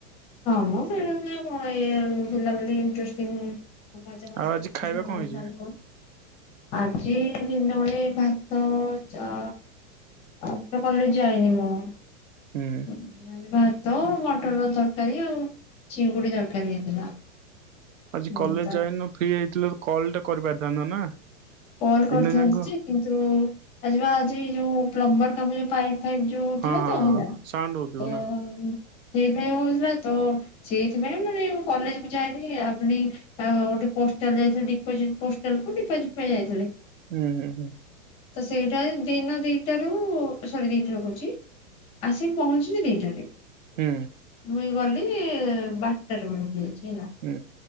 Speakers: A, on the left; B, on the right.
A: ହଁ ମ <unintelligible> ହେଲା ବୋଲି ଇଣ୍ଟରେଷ୍ଟଟିଂ ମଜା ମସ୍ତି
B: ଆଉ ଆଜି
A: ଟିକେ
B: ଖାଇବା
A: ସାଙ୍ଗମାନଙ୍କ
B: କଣ ହେଇଛି?
A: ସାଙ୍ଗରେ <unintelligible> ଆଜି ଦିନବେଳେ ଭାତ ଚା <unintelligible> କଲେଜ ଯାଇନି ମୁଁ।
B: ହୁଁ
A: <unintelligible> ଭା ତ ମଟରର <unintelligible> ତରକାରି ଆଉ ଚିଙ୍ଗୁଡି ତରକାରି ହେଇଥିଲା।
B: ଆଜି
A: ହୁଁ
B: କଲେଜ
A: ତା
B: ଯାଇନ ଫ୍ରି ହେଇଥିଲେ କଲଟେ କରିପାରିଥାନ୍ତ ନା।
A: କଲ
B: ଦିନ
A: କରିଥାନ୍ତି
B: ଯାକ।
A: ଯେ କିନ୍ତୁ ଆଜିବା ଆଜି ଯୋଉ ପ୍ଲମ୍ବର ତମେ ଯୋଉ ପାଇପ୍ ଫାଇପ୍ <unintelligible> ତ
B: ହଁ ହଁ
A: ହେଲା
B: ହଁ ସାଉଣ୍ଡ ହଉଥିବ
A: ତ ଉଁ
B: ନା?
A: ସେଇଥିପାଇଁ ହଉଥିଲା ତ ସେଇଥିପାଇଁ ମାନେ ମୁଁ କଲେଜକୁ ଯାଇିନି ଆଉପୁଣି ଅଁ ଗୋଟେ ପୋଷ୍ଟାଲ ଯାଇଥିଲି ଡିପୋଜିଟ୍ ପୋଷ୍ଟାଲକୁ ଡିପୋଜିଟ୍ ପାଇଁ ଯା
B: ହୁଁ ହୁଁ ହୁଁ।
A: ତ ସେଇଟାରେ ଦିନ ଦିଟାରୁ ସରି ଦିଟାରୁ କହୁଛି ଆସି ପହଞ୍ଚିଲି ଦିଟାରେ।
B: ହୁଁ
A: ମୁଇଁ ଗଲେ <unintelligible> ବାଟରେ <unintelligible> ହେଲା
B: ହୁଁ